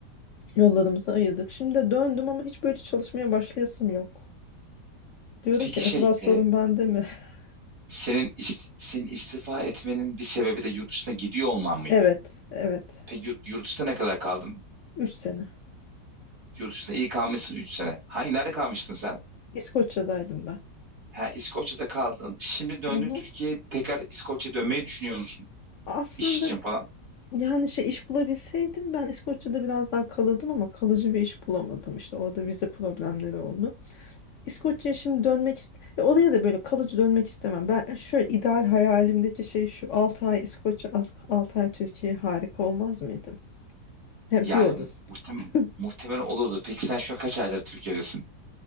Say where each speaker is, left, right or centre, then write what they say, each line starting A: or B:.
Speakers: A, on the left; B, on the right.
A: Yollarımızı ayırdık. Şimdi de döndüm ama hiç böyle çalışmaya başlayasım yok. Diyorum
B: Peki
A: ki
B: şey
A: acaba sorun
B: e,
A: bende mi? <laughs>
B: senin ist- senin istifa etmenin bir sebebi de yurt dışına gidiyor olman mıydı?
A: Evet, evet.
B: Peki yurt, yurt dışında ne kadar kaldın?
A: Üç sene.
B: Yurt dışında iyi kalmışsın 3 sene. Hangi nerede kalmıştın sen?
A: İskoçya'daydım ben.
B: Ha, İskoçya'da kaldın. Şimdi döndün
A: Hı hı.
B: Türkiye'ye tekrar İskoçya'ya dönmeyi düşünüyor musun?
A: Aslında
B: İş için falan.
A: yani şey iş bulabilseydim ben İskoçya'da biraz daha kalırdım ama kalıcı bir iş bulamadım. İşte orada vize problemleri oldu. İskoçya'ya şimdi dönmek ist ya oraya da böyle kalıcı dönmek istemem. Ben şöyle ideal hayalimdeki şey şu 6 ay İskoçya 6 ay Türkiye harika olmaz mıydı? Hem
B: Yani
A: bir odası.
B: muhtem
A: <laughs>
B: muhtemelen olurdu. Peki sen şu an kaç aydır Türkiye'desin?